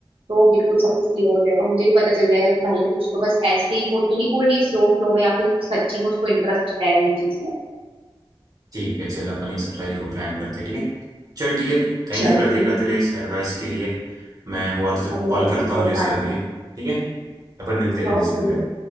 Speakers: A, on the right; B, on the right.
A: तो बिल्कुल सब कुछ क्लियर हो जाएगा मुझे भी पता चल जाएगा कि भाई उसको बस ऐसे ही वो तो नहीं बोल रही है फ्लो फ्लो में या फिर सच्ची में उसको इंटरेस्ट है इन चीज में
B: ठीक है चल अपन ये सब सारी को प्लान करते हैं ठीक है चल ठीक है थैंक
A: चल
B: यू कृतिका
A: ठीक है।
B: तेरे इस एडवाइस के लिए मैं हुआ तो
A: अरे
B: कॉल
A: अरे
B: करता
A: कोई
B: हूँ जैसा
A: बात
B: भी
A: नहीं
B: है ठीक है अपन मिलते हैं जल्दी
A: ओके
B: से जल्दी